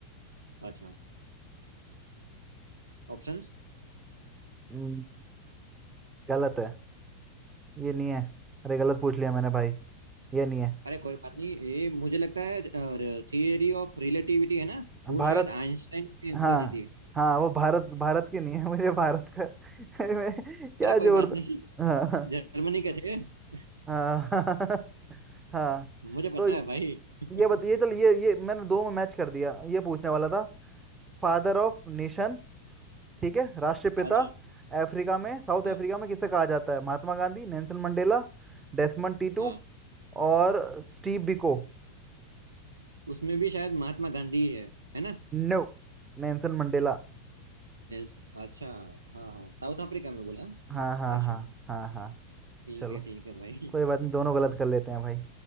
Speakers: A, on the right; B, on the right.
A: अच्छा ऑप्शंस
B: हम्म, गलत है ये नहीं है अरे गलत पूछ लिया मैंने भाई ये नहीं है
A: अरे कोई बात नहीं ये मुझे लगता है थियरी ऑफ रिलेटिविटी है ना वो
B: भारत
A: शायद आइंस्टाइन ने
B: हाँ
A: खोजी थी
B: हाँ वो भारत भारत की नहीं है मुझे भारत का <laughs> मैं क्या
A: अरे कोई
B: जोड़
A: बात
B: दूं?
A: नहीं
B: हाँ
A: जर्मनी के थे <laughs>
B: हाँ <laughs> हाँ
A: मुझे पता
B: तो
A: है भाई
B: ये
A: <laughs>
B: बताइए चलो ये ये मैंने दो में मैच कर दिया ये पूछने वाला था फादर ऑफ नेशन ठीक है राष्ट्रपिता
A: अच्छा
B: अफ्रीका में साउथ
A: हाँ
B: अफ्रीका में किसे कहा जाता है Mahatma Gandhi Nelson Mandela Desmond Tutu
A: हाँ
B: और Steve Biko
A: उसमें भी शायद महात्मा गांधी है है ना
B: No Nelson Mandela
A: नेल्स अच्छा हाँ हाँ साउथ अफ्रीका में बोला हाँ,
B: हाँ हाँ
A: अच्छा
B: हाँ हाँ हाँ
A: ठीक
B: चलो
A: है ठीक है भाई
B: कोई बात नहीं दोनों गलत कर लेते हैं भाई